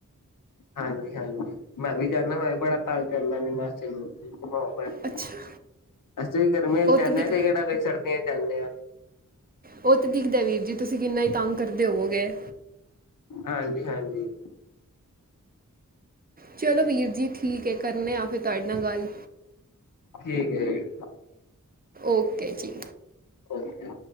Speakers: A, on the left; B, on the right.
A: ਹਾਂਜੀ-ਹਾਂਜੀ ਮੈਂ ਵੀ ਜਾਂਦਾ ਮੈਂ ਵੀ ਬੜਾ ਤੰਗ ਕਰਨਾ ਮਾਸੀ ਨੂੰ <unintelligible>
B: ਅੱਛਾ
A: ਅਸੀ ਗਰਮੀ ਹੈ
B: ਉਹ
A: ਜਾਨੇ
B: ਤਾਂ ਦਿਖ
A: ਸੀ ਕਿਹੜਾ ਸਰਦੀ ਵਿਚ ਜਾਨੇ ਆ
B: ਉਹ ਤਾਂ ਦਿਖਦਾ ਵੀਰ ਜੀ ਤੁਸੀਂ ਕਿੰਨਾ ਹੀ ਤੰਗ ਕਰਦੇ ਹੋਵੋਗੇ
A: ਹਾਂਜੀ-ਹਾਂਜੀ,
B: ਚਲੋ ਵੀਰ ਜੀ ਠੀਕ ਹੈ ਕਰਨੇ ਆ ਫਿਰ ਤੁਹਾਡੇ ਨਾਲ ਗੱਲ
A: ਠੀਕ ਹੈ। ਜੀ-
B: ਓਕੇ ਜੀ
A: ਓਕੇ-